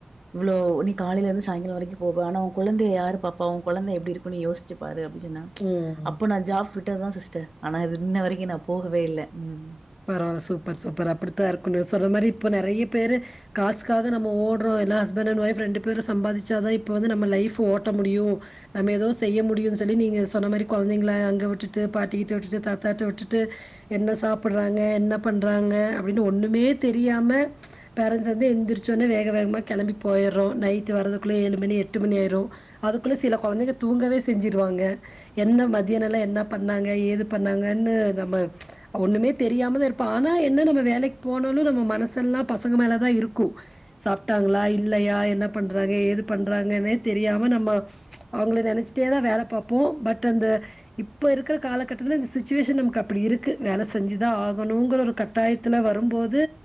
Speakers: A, on the right; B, on the left.
A: இவ்ளோ நீ காலையில இருந்து சாங்காலோ வரைக்கு போவ ஆன உ கோழந்தைய யாரு பாப்பா உ கொழந்த எப்டி இருக்குன்ன யோசி சிபாரு அப்டினு சொன்னா
B: ம்.
A: அப்ப நா ஜாப் விட்டதுதா சிஸ்டர் ஆனா இது இன்ன வரைக்கு நா போகவே இல்ல ம்
B: பரவா சூப்பர் சூப்பர் அப்டித்தானன இருக்கணு சொன்ன மாரி இப்போ நெறைய பேரு காசுக்காக நம்ம ஓடுறோ எல்லா ஹஸ்பண்ட் அண்ட் ஒய்ஃப் ரெண்டு பேரு சம்பாதிச்சாதா இப்ப வந்து நம்ம லைப் ஓட்ட முடியு நம்ம ஏதோ செய்ய முடியும்ன்னு சொல்லி நீங்க சொன்ன மாரி கொழந்தைங்களா அங்க விட்டுட்டு பாட்டிக்கிட்ட விட்டுட்டு தாத்தாட்ட விட்டுட்டு என்ன சாப்படுறாங்க என்ன பண்றாங்க அப்டின்னு ஒண்ணுமே தெரியாம பேரண்ட்ஸ் வந்து எந்திரிச்சோனே வேக வேகமாக கிளம்பி போயிறோ நைட்டு வரதுக்குள்ளே ஏழு மணி எட்டு மணி ஆயிரு அதுக்குள்ள சில கொழந்தைங்க தூங்கவே செஞ்சிருவாங்க என்ன மதியம் எல்லா என்ன பண்ணாங்க ஏது பண்ணாங்கன்னு நம்ம ஒண்ணுமே தெரியாம இருப்பா ஆனா என்ன நம்ம வேலைக்கு போனாலு நம்ம மனசெல்லா பசங்க மேலதா இருக்கு சாப்ட்டாங்களா இல்லையா என்ன பண்றாங்க ஏது பண்றாங்கன்னே தெரியாம நம்ம அவுங்கள நெனச்சிட்டே தா வேல பாப்போ பட் அந்த இப்ப இருக்கிற காலகட்டத்தில இந்த சுச்சுவேஷன் நமக்கு அப்டி இருக்கு வேல செய் செஞ்சுதா ஆகணுங்கிற ஒரு கட்டாயத்துல வரும்போது